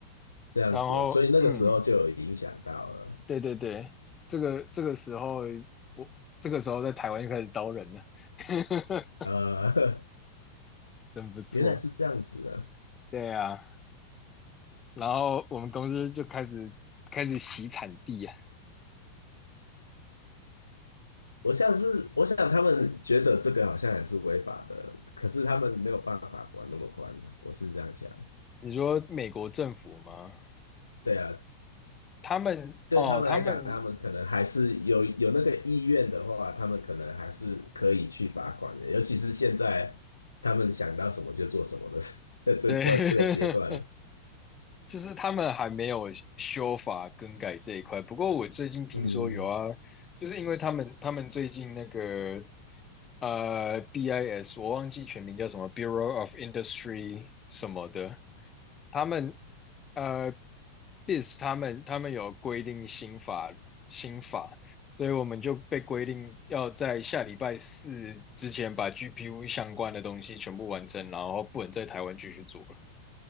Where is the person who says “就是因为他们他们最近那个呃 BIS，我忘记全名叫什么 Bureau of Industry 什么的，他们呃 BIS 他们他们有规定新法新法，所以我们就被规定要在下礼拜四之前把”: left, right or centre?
Left